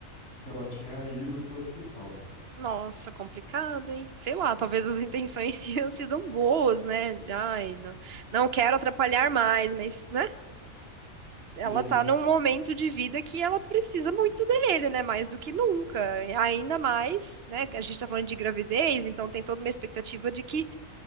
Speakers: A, on the left; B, on the right.
A: que ela tinha ido pro hospital.
B: Nossa, complicado, hein? Sei lá, talvez as intenções <laughs> tenham sido boas, né? Ai, não, não quero atrapalhar mais, mas, né? ela
A: Sim,
B: tá num momento de vida que ela precisa muito dele, né? Mais do que nunca. Ainda mais, né? que A gente tá falando de gravidez, então tem toda uma expectativa de que